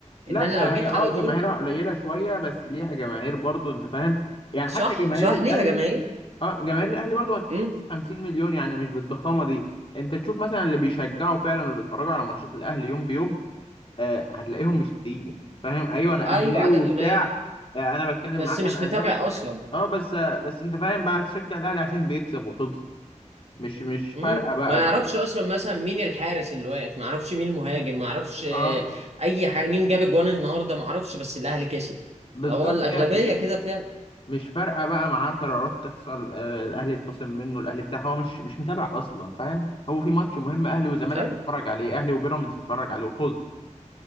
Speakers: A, on the left; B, on the right.
A: لا
B: ان انا لو جيت
A: هي اه
B: على دول
A: جماهيرها قليلة شوية بس ليها جماهير برضو انت فاهم يعني
B: صح
A: حتى جماهير
B: صح
A: الاهلي
B: ليها جماهير
A: اه جماهير الاهلي برضو ما تحسبش
B: امم
A: 50 مليون يعني مش بالضخامه دي انت تشوف مثلا اللي بيشجعوا فعلا اللي بيتفرجوا على ماتشات الاهلي يوم بيوم آه هتلاقيهم مش كتير فاهم ايوه انا
B: ايوه
A: اهلاوي
B: اعداد
A: وبتاع
B: قليله
A: آه انا بتكلم
B: بس
A: معاك
B: مش
A: انا
B: متابع
A: اهلاوي وبتاع
B: اصلا
A: اه بس آه بس انت فاهم بقى تشجع الاهلي عشان بيكسب وخلص مش مش
B: مم.
A: فارقه بقى
B: ما يعرفش
A: ده
B: اصلا مثلا مين الحارس اللي واقف ما يعرفش مين المهاجم ما يعرفش
A: اه
B: آه، اي حاجه مين جاب جوان النهارده ما يعرفش بس الاهلي كسب
A: بالظبط
B: هو الاغلبيه
A: هي م-
B: كده فعلا
A: مش فارقه بقى معاه قرارات تحصل آه الاهلي يتخصم منه الاهلي بتاع هو مش مش متابع اصلا فاهم هو في ماتش مهم اهلي وزمالك
B: ايوه
A: بيتفرج عليه اهلي وبيراميدز بيتفرج عليه وخلص